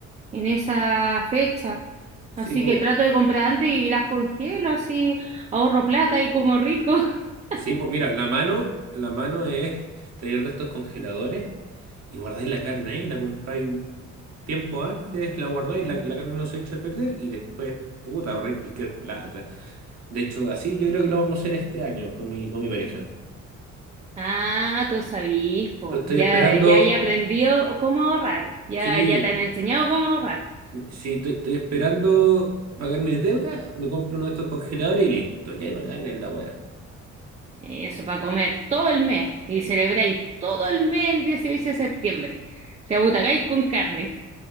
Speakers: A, on the right; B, on the right.
A: en esa fecha.
B: Sí,
A: Así
B: pues,
A: que trato de comprar antes y las congelo, así ahorro plata y como rico. <laughs>
B: sí, po, mira, la mano, la mano es tener de estos congeladores y guardáis la carne ahí, la compráis tiempo antes, la guardáis, la, la carne no se echa a perder y después, puta, ahorráis cualquier plata. De hecho, así yo creo que lo vamos a hacer este año con mi, con mi pareja.
A: Ah, tú sabís, po.
B: Estoy estoy
A: Ya,
B: esperando,
A: ya, ya aprendió cómo ahorrar. Ya,
B: sí,
A: ya te han enseñado cómo ahorrar.
B: sí, estoy, estoy esperando pagar mis deudas, me compro uno de estos congeladores y listo, ya no carne en la wea.
A: Eso para comer todo el mes y celebráis todo el mes el 18 de septiembre. Te abutacáis con carne.